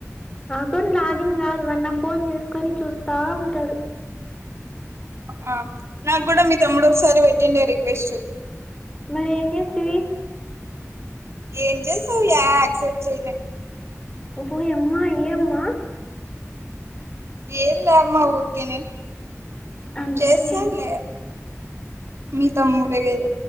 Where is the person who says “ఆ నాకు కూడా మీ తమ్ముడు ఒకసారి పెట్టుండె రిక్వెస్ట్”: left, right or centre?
Right